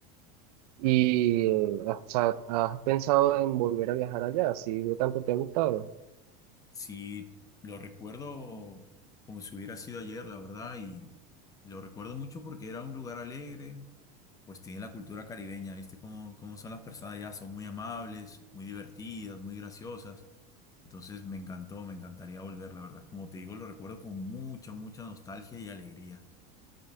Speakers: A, on the right; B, on the left.
A: y, eh, o sea, ¿has pensado en volver a viajar allá? Si de tanto te ha gustado.
B: Sí, lo recuerdo como si hubiera sido ayer, la verdad, y lo recuerdo mucho porque era un lugar alegre, pues tiene la cultura caribeña, ¿viste? Cómo, cómo son las personas allá, son muy amables, muy divertidas, muy graciosas. Entonces me encantó, me encantaría volver, la verdad. Como te digo, lo recuerdo con mucha, mucha nostalgia y alegría.